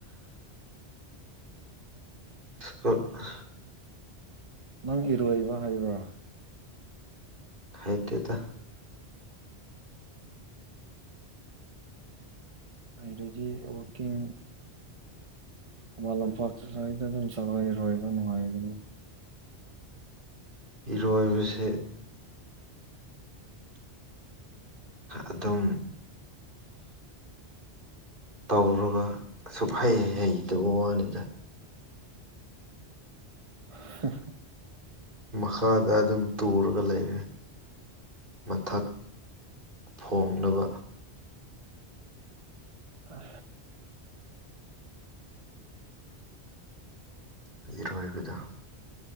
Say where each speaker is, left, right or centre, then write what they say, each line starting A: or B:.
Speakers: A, on the right; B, on the right.
A: ꯑꯣ
B: ꯅꯪ ꯏꯔꯣꯏꯕ ꯍꯥꯏꯕ꯭ꯔꯥ
A: ꯍꯥꯏ ꯇꯗ
B: ꯑꯪꯔꯦꯖꯤ ꯋꯥꯔꯀꯤꯡ ꯃ ꯂꯝꯄꯥꯛꯇ ꯁꯋꯥꯏꯗ ꯑꯗꯨꯝ ꯁꯂꯣꯏꯔꯣꯏꯕ ꯅꯨꯡꯉꯥꯏꯒꯅꯤ
A: ꯍꯔꯣꯏ ꯑꯣꯏꯕꯁ ꯑꯗꯨꯝ ꯇꯧꯔꯒ ꯑꯁꯨꯛ ꯍꯩ ꯍꯩꯇꯕ ꯋꯥꯅꯤꯗ
B: <inaudible>
A: ꯃꯈꯥꯗ ꯑꯗꯨꯝ ꯇꯨꯔꯒ ꯂꯩꯔꯦ ꯃꯊꯛ ꯐꯣꯡꯂꯅꯕ
B: ꯍ
A: ꯏꯔꯣꯏꯕꯗ